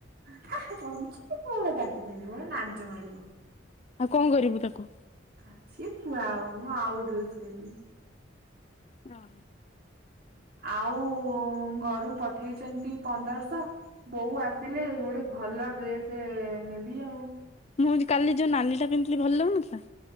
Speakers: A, on the right; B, on the left.
A: ହା ଏ ଗଞ୍ଜିକି କଣ ତାକୁ ପିନ୍ଧିବ ଏ ନାଜ ମାଡିବ
B: ଆଉ କଁ କରିବୁ ତାକୁ?
A: ଆଜି ଥୁଆ ହେବ, ମୁଁ ଆଉ ଡ୍ରେସ୍ କିଣିବି।
B: ହଁ।
A: ଆଉ ଘରୁ ପଠେଇଛନ୍ତି ପନ୍ଦରଶହ। ବୋଉ ଆସିଲେ ଗୋଟେ ଭଲ ଡ୍ରେସ ନେବି ଆଉ।
B: ମୁଁ କାଲି ଯୋଉ ନାଲିଟା ପିନ୍ଧିଲି ଭଲ ଲାଗୁନଥିଲା?